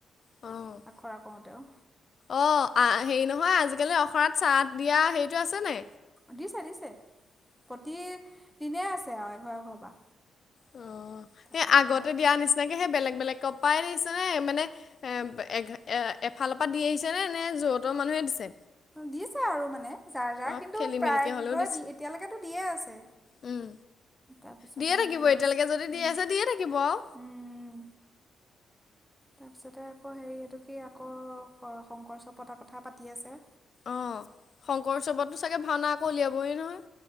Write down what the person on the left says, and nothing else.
অ',
অ হেৰি নহয় আজিকালি অখৰাৰত চাহ দিয়া হেৰিতটো আছে ন,
অ
সেই আগতে
দিয়া নিচিনাকে সেই বেলেগ বেলেগ। কপাই দিিছে নে মানে এ এ এ এফালৰপ পৰা দি আহিছে নে নে যোৰতৰ মানুহে দিছে।
অ',
খেলি
মেলিকে হ'লেও
দিছে,
উম,
দিয়ে থাকিব
এতিয়ালৈকে যদি দি
আছে দিয়ে থাকিব আৰু
অ শংকৰ উৎসৱতো চাগে ভাওনা আকৌ উলিয়াব, বয় নহয়।